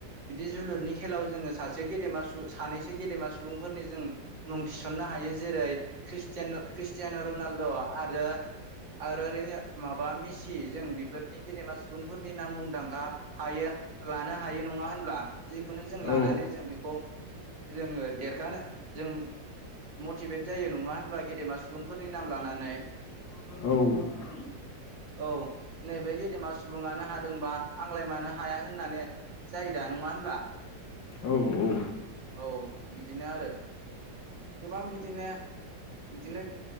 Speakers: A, on the right; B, on the left.
A: बिदि जोलुरनि खेलाव जोङो सासे गेदेमा सुंबुं सानैसो गेदेमा सुबुंफोरनि जों मुं थिसननो हायो जेरै ख्रिस्टियान रनाल्द आरो आरो माबा मिसि जों बेफोरनि गेदेमा सुबुंफोरनि नाम मुंदांखा हायो लानो हायो नंङा होनब्ला जिखुनु जों
B: औ
A: लानानै बेखौ जोङो देरगानो जों मटिभेट जायो नङा होनब्ला गेदेमा सुबुं फोरनि नाम लानानै
B: औ
A: औ नैबे गेदेमा सुबुंनो हादोंबा आंलाय मानो हा हाया होननानै जायो दा नङा होनब्ला
B: औ औ
A: औ बिदिनो आरो गोबां बिदिनो बिदिनो